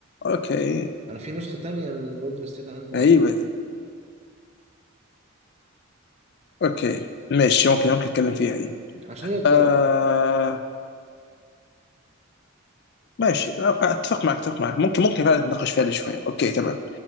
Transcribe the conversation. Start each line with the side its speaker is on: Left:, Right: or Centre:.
Left: اوكي
Right: أنا في نسخة تانية من الجولدن ستيت عندي
Left: غريبة
Right: أعلى
Left: دي اوكي ماشي ممكن ممكن اتكلم فيها دي
Right: عشان الدوري
Left: آه...
Right: بس.
Left: ماشي اتفق معك اتفق معك ممكن ممكن فعلا نتناقش فيها دي شوية اوكي تمام